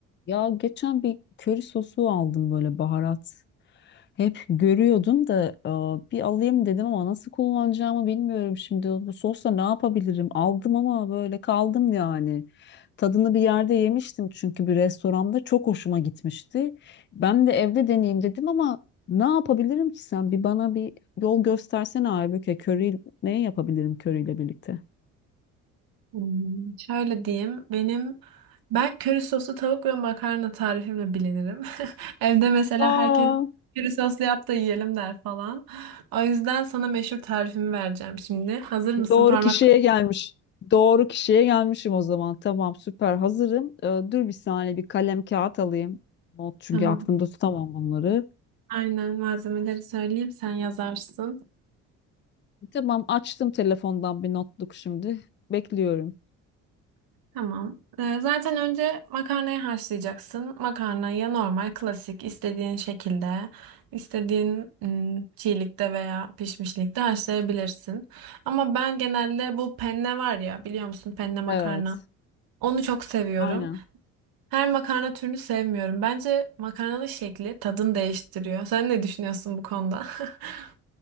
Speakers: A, on the left; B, on the right.
A: Ya geçen bir köri sosu aldım böyle baharat. Hep görüyordum da e, bir alayım dedim ama nasıl kullanacağımı bilmiyorum şimdi. Bu sosla ne yapabilirim? Aldım ama böyle kaldım yani. Tadını bir yerde yemiştim çünkü bir restoranda çok hoşuma gitmişti. Ben de evde deneyeyim dedim ama ne yapabilirim ki sen? Bir bana bir yol göstersene Aybüke. Köri ne yapabilirim köriyle birlikte?
B: Hmm, Şöyle diyeyim. Benim ben köri soslu tavuk ve makarna tarifimle bilinirim. <laughs> Evde mesela
A: Aa.
B: herkes köri soslu yap da yiyelim der falan. O yüzden sana meşhur tarifimi vereceğim şimdi. Hazır mısın?
A: Doğru
B: Parmak
A: kişiye gelmiş. Doğru kişiye gelmişim o zaman. Tamam, süper. Hazırım. Ee, dur bir saniye bir kalem kağıt alayım. Not çünkü
B: Tamam.
A: aklımda tutamam bunları.
B: Aynen malzemeleri söyleyeyim sen yazarsın.
A: Tamam, açtım telefondan bir notluk şimdi. Bekliyorum.
B: Tamam. Ee, zaten önce makarnayı haşlayacaksın. Makarna ya normal, klasik, istediğin şekilde, istediğin ım, çiğlikte veya pişmişlikte haşlayabilirsin. Ama ben genelde bu penne var ya, biliyor musun penne makarna?
A: Evet.
B: Onu çok seviyorum.
A: Aynen.
B: Her makarna türünü sevmiyorum. Bence makarnalı şekli tadını değiştiriyor. Sen ne düşünüyorsun bu konuda? <laughs>